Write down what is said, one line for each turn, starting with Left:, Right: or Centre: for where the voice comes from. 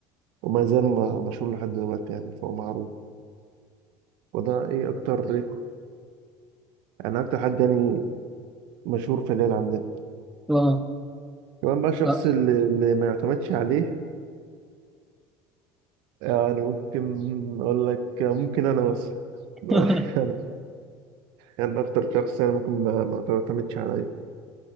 Right: وما زال م- مشهور لحد دلوقتي يعني فهو معروف وده ايه اكتر ايه يعني اكتر حد يعني مشهور في العيله عندنا
Centre: اه
Right: كمان بقى الشخص
Centre: آه.
Right: اللي, اللي ما يعتمدش عليه يعني ممكن أقول لك ممكن أنا مثلا
Centre: <laughs>
Right: <laughs> أنا يعني أكتر شخص يعني ممكن ما, ما تعتمدش عليا